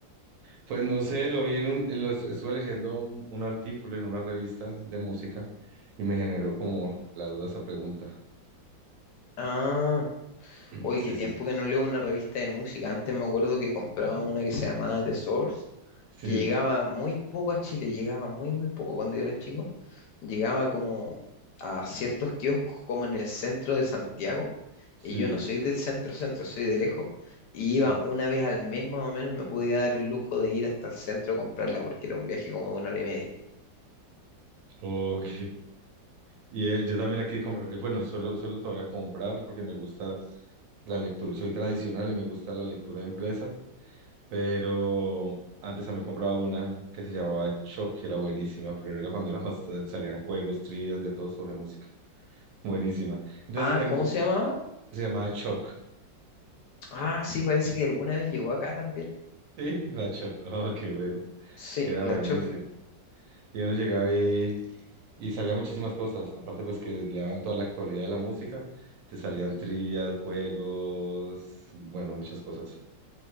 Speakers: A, on the right; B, on the left.
A: Pues no sé, lo vi en un, lo es- estuve leyendo un, un artículo en una revista de música y me generó como la duda esa pregunta.
B: Ah,
A: <clears throat>
B: hoy
A: Sí,
B: qué tiempo
A: sí, sí.
B: que no leo una revista de música. Antes me acuerdo que compraba una que se llamaba The Source
A: Sí,
B: que llegaba muy poco a Chile, llegaba muy, muy poco cuando yo era chico, llegaba como a ciertos kioscos como en el centro de Santiago,
A: sí,
B: y yo no soy del centro centro, soy de lejos, y
A: sí.
B: iba una vez al mes más o menos, me podía dar el lujo de ir hasta el centro a comprarla, porque era un viaje como de una hora y media.
A: Ok. Y eh, yo también aquí comprar, bueno, solo, solo todavía comprar porque me gusta la lectura, soy tradicional y me gusta la lectura impresa, pero antes también compraba una que se llamaba Choc, que era buenísima, pero era cuando era más, salían juegos, trivias, de todo sobre música. Buenísima. Entonces
B: Ah,
A: tengo,
B: ¿cómo se llamaba?
A: se llamaba Choc.
B: Ah, sí, parece que alguna vez llegó acá también.
A: Sí, la chocó. <laughs> Oh, qué bueno.
B: Sí,
A: Era
B: la
A: buenísimo.
B: Choc.
A: Y uno llegaba y, y salían muchísimas cosas. Aparte, pues que le daban toda la actualidad de la música. Te salían trivias, juegos, bueno, muchas cosas.